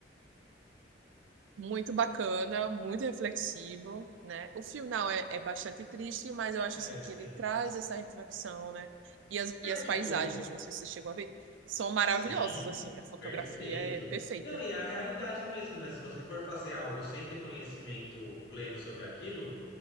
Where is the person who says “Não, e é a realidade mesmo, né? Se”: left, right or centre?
Left